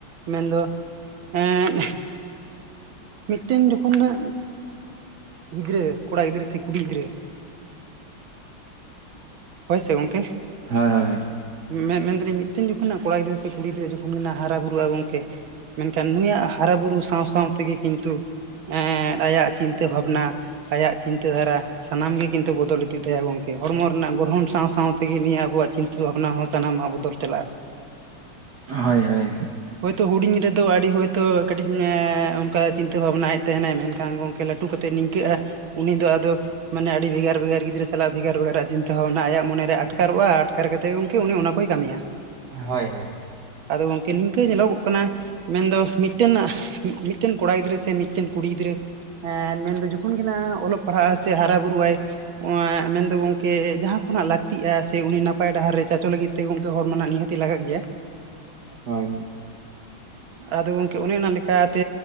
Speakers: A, on the right (about 75°); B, on the right (about 55°).
A: ᱢᱮᱱᱫᱚ ᱮᱫ ᱢᱤᱫᱴᱮᱱ ᱡᱚᱠᱷᱚᱱᱟᱜ ᱜᱤᱫᱽᱨᱟᱹ ᱠᱚᱲᱟ ᱜᱤᱫᱽᱨᱟᱹ ᱥᱮ ᱠᱩᱲᱤ ᱜᱤᱫᱽᱨᱟᱹ ᱦᱳᱭ ᱥᱮ ᱜᱚᱢᱠᱮ᱾
B: ᱜᱮᱭᱟ
A: ᱢᱮ ᱢᱮᱱᱫᱟᱹᱞᱤᱧ ᱢᱤᱫᱴᱮᱱ ᱡᱚᱠᱷᱚᱱᱟᱜ ᱠᱚᱲᱟ ᱜᱤᱫᱽᱨᱟᱹ ᱥᱮ ᱠᱩᱲᱤ ᱜᱤᱫᱽᱨᱟᱹ ᱡᱚᱠᱷᱚᱱ ᱜᱮᱱᱟᱜ ᱦᱟᱨᱟ ᱵᱩᱨᱩᱜᱼᱟ ᱜᱚᱝᱠᱮ ᱢᱮᱱᱠᱷᱟᱱ ᱱᱩᱭᱟᱜ ᱦᱟᱨᱟᱼ ᱵᱩᱨᱩ ᱥᱟᱶ ᱥᱟᱶ ᱛᱮᱜᱮ ᱠᱤᱱᱛᱩ ᱮ ᱟᱭᱟᱜ ᱪᱤᱱᱛᱟᱹ ᱵᱷᱟᱵᱱᱟ ᱟᱭᱟᱜ ᱪᱤᱱᱛᱟᱹ ᱫᱷᱟᱨᱟ ᱥᱟᱱᱟᱢᱜ ᱜᱮ ᱠᱤᱱᱛᱩ ᱵᱚᱫᱚᱞ ᱤᱫᱤᱜ ᱛᱟᱭᱟ ᱜᱚᱝᱠᱮ ᱦᱚᱲᱢᱚ ᱨᱮᱱᱟᱜ ᱜᱚ ᱜᱚᱲᱚᱱ ᱥᱟᱶ ᱥᱟᱶ ᱛᱮᱜᱮ ᱱᱤᱭᱟᱹ ᱟᱵᱚᱣᱟᱜ ᱪᱤᱱᱛᱟᱹ ᱵᱷᱟᱵᱱᱟ ᱦᱚᱸ ᱥᱟᱱᱟᱢᱟᱜ ᱵᱚᱫᱚᱞ ᱪᱟᱞᱟᱜᱼᱟ
B: ᱦᱳᱭ ᱦᱳᱭ᱾
A: ᱦᱳᱭᱛᱳ ᱦᱩᱰᱤᱧ ᱨᱮᱫᱚ ᱟᱹᱰᱤ ᱦᱳᱭᱛᱳ ᱠᱟᱹᱴᱤᱡ ᱚᱱᱠᱟ ᱪᱤᱱᱛᱟᱹ ᱵᱷᱟᱵᱱᱟᱭᱮᱫ ᱛᱟᱦᱮᱱᱮ ᱢᱮᱱᱠᱷᱟᱱ ᱜᱚᱝᱠᱮ ᱞᱟᱹᱴᱩ ᱴᱩ ᱠᱟᱛᱮᱫ ᱱᱤᱝᱠᱟᱹᱜᱼᱟ ᱩᱱᱤ ᱫᱚ ᱟᱫᱚ ᱢᱟᱱᱮ ᱟᱹᱰᱤ ᱵᱷᱮᱜᱟᱨ ᱵᱷᱮᱜᱟᱨ ᱜᱤᱫᱽᱨᱟᱹ ᱥᱟᱞᱟᱜ ᱵᱷᱮᱜᱟᱨ ᱵᱷᱮᱜᱟᱨ ᱟᱜ ᱛᱮ ᱦᱚᱸ ᱚᱱᱟ ᱟᱭᱟᱜ ᱢᱚᱱᱮᱨᱮ ᱟᱴᱠᱟᱨᱚᱜᱼᱟ ᱟᱴᱠᱟᱨ ᱠᱟᱛᱮᱫ ᱜᱮ ᱜᱚᱢᱠᱮ ᱩᱱᱤ ᱚᱱᱟ ᱠᱚᱭ ᱠᱟᱹᱢᱤᱭᱟ᱾
B: ᱦᱳᱭ ᱦᱩᱸ ᱦᱳᱭ ᱦᱳᱭ ᱦᱳᱭ ᱦᱳᱭ ᱦᱳᱭ
A: ᱟᱫᱚ ᱜᱚᱝᱠᱮ ᱱᱤᱝᱠᱟᱹ ᱧᱮᱞᱚᱜᱚᱜ ᱠᱟᱱᱟ ᱢᱮᱱᱫᱚ ᱢᱤᱫᱴᱮᱱ ᱢᱤᱫᱴᱮᱱ ᱠᱚᱲᱟ ᱜᱤᱫᱽᱨᱟᱹ ᱥᱮ ᱢᱤᱫᱴᱮᱱ ᱠᱩᱲᱤ ᱜᱤᱫᱽᱨᱟᱹ ᱦᱮᱸ ᱢᱮᱱᱫᱚ ᱡᱚᱠᱷᱚᱱ ᱜᱮ ᱦᱟᱸ ᱚᱞᱚᱜ ᱯᱟᱲᱦᱟᱜᱼᱟ ᱥᱮ ᱦᱟᱨᱟ ᱵᱩᱨᱩᱜᱼ ᱟᱭ ᱢᱮᱱᱫᱚ ᱜᱚᱝᱠᱮ ᱠᱮ ᱡᱟᱦᱟᱸ ᱠᱷᱚᱱᱟᱜ ᱞᱟᱹᱠᱛᱤᱜᱼᱟ ᱥᱮ ᱩᱱᱤ ᱱᱟᱯᱟᱭ ᱰᱟᱦᱟᱨ ᱨᱮ ᱪᱟᱪᱚ ᱞᱟᱹᱜᱤᱫ ᱛᱮ ᱜᱚᱝᱠᱮ ᱦᱚᱲᱢᱟ ᱱᱤᱦᱟᱹᱛ ᱛᱤ ᱞᱟᱜᱟᱜ ᱜᱮᱭᱟ᱾
B: ᱦᱳᱭ
A: ᱟᱫᱚ ᱜᱚᱢᱠᱮ ᱚᱱᱮ ᱚᱱᱟ ᱞᱮᱠᱟᱛᱮ